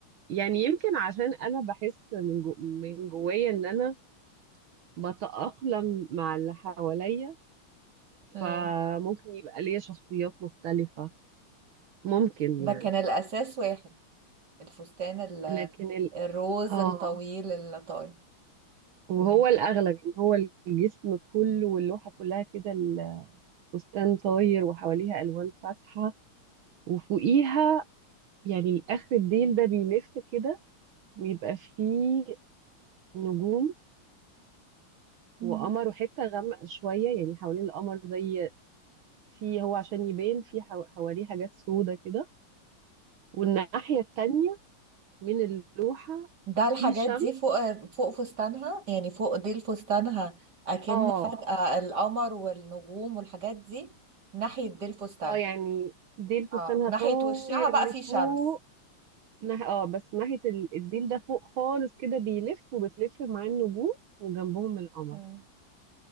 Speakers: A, on the right; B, on the right.
A: يعني يمكن عشان أنا بحس من جو من جوايا إن أنا بتأقلم مع اللي حواليا
B: مم.
A: فممكن يبقى ليا شخصيات مختلفة ممكن
B: ده
A: يعني
B: كان الأساس واحد الفستان ال-
A: لكن ال
B: الروز
A: آه
B: الطويل اللطائف
A: وهو
B: مم.
A: الأغلب يعني هو الجسم كله واللوحة كلها كده الفستان طاير وحواليها ألوان فاتحة وفوقيها يعني الآخر الديل ده بيلف كده ويبقى فيه نجوم
B: مم.
A: وقمر وحتة غامقة شوية يعني حوالين القمر زي في هو عشان يبان في حو- حواليه حاجات سودة كده والناحية التانية من اللوحة
B: ده الحاجات
A: في شمس
B: دي فوق فوق فستانها يعني فوق ديل فستانها أكن
A: اه
B: فجأة القمر والنجوم والحاجات دي ناحية ديل فستانها
A: اه يعني ديل فستانها
B: اه ناحية
A: طاير
B: وشها بقى
A: لفوق
B: في شمس
A: نه- اه بس ناحية ال- الديل ده فوق خالص كده بيلف وبتلف مع النجوم وجنبهم القمر
B: مم.